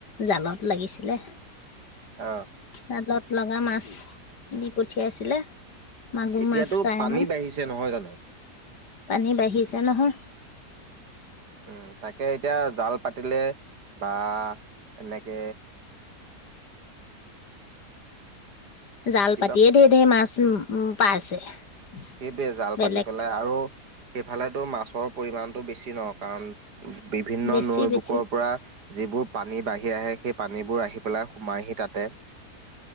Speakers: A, on the left; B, on the right.
A: জালত লাগি ছিলে
B: অ
A: জালত লগা মাছ কিনি পঠিয়াইছিলে মাগুৰ
B: এতিয়াতো
A: মাছ কাই
B: পানী
A: মাছ
B: বাঢ়িছে নহয় জানো
A: পানী বাঢ়িছে নহয়
B: উম তাকে এতিয়া জাল পাতিলে বা এনেকে
A: জাল
B: কিবা
A: পাতিয়ে ঢেৰ ধেৰ মাছ উ পাইছে <unintelligible>
B: সেইটোৱে জাল
A: বেলেগ
B: পাতি পেলাই আৰু সেইফালে‌ টো মাছৰ পৰিমমানতটো বেছি ন কাৰণ বিভিন্ন
A: বেছি
B: নৈ
A: বেছি
B: বুকৰৰ পৰা যিবোৰ পানী বাঢ়ি আহে সেই পানীবোৰ আহি পেলাই সোমাইহি তাতে